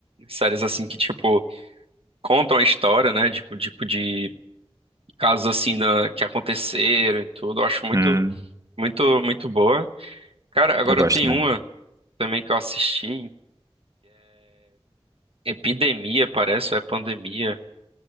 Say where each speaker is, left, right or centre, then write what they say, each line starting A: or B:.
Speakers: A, on the right; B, on the right.
A: Séries assim que, tipo, contam a história, né? Tipo, tipo de casos assim da, que aconteceram e tudo. Eu acho muito,
B: Hum,
A: muito, muito boa. Cara, agora
B: eu gosto,
A: tem
B: né?
A: uma também que eu assisti. Epidemia, parece, ou é pandemia?